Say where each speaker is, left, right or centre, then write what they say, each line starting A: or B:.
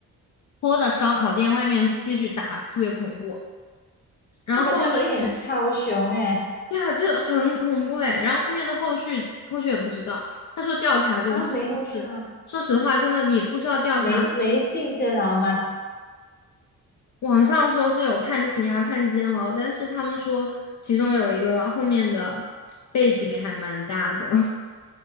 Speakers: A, on the left (about 50°); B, on the left (about 25°).
A: 拖的烧烤店外面继续打，特别恐怖。然后后续，
B: 我感觉他们有一点超雄诶，
A: 对啊，这很恐怖哎。然后后面的后续，后续也不知道。他说调查这个事情是，
B: 啊，没后续吗？
A: 说实话，真的你不知道调查。
B: 没没进监牢吗？
A: 网上说是有判刑啊、判监牢，但是他们说其中有一个后面的背景还蛮大的，<laughs>